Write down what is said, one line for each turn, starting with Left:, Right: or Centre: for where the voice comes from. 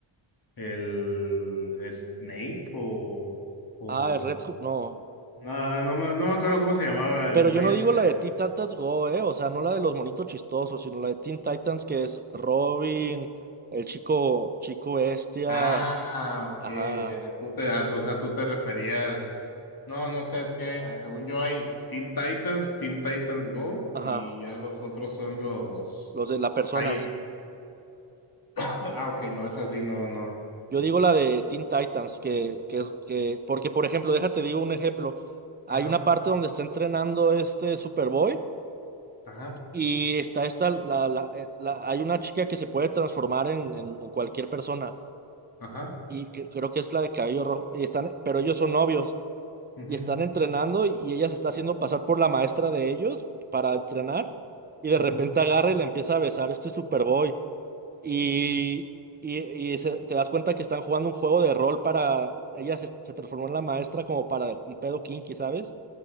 Left: el Snape o, o,
Right: Ah, el Red Hood, no.
Left: no, no me, no me acuerdo cómo se llamaba el
Right: Pero
Left: güey
Right: yo no
Left: este.
Right: digo la de Teen Titans Go, eh. O sea, no la de los monitos chistosos, sino la de Teen Titans que es Robin, el chico, chico bestia.
Left: Ah, ok,
Right: Ajá,
Left: ya, tú te, ah, tú- o sea, tú te referías, no, no sé, es que ah, según yo hay Teen Titans, Teen Titans Go,
Right: ajá.
Left: y ya los otros son los,
Right: los de las personas.
Left: ahí, <clears throat> ah, ok, no, es así, no, no,
Right: Yo digo la de Teen Titans, que, que, que, porque por ejemplo, déjate digo un ejemplo. Hay
Left: ajá,
Right: una parte donde está entrenando este Superboy
Left: ajá,
Right: y está esta, la, la, eh, la- hay una chica que se puede transformar en, en, en cualquier persona
Left: ajá,
Right: y que, creo que es la de cabello rojo y están, pero ellos son novios
Left: ujú,
Right: y están entrenando y ella se está haciendo pasar por la maestra de ellos para entrenar y de
Left: ujú,
Right: repente agarra y le empieza a besar este Superboy. Y, y, y se- te das cuenta que están jugando un juego de rol para... Ella se, se transformó en la maestra como para un pedo kinky, ¿sabes?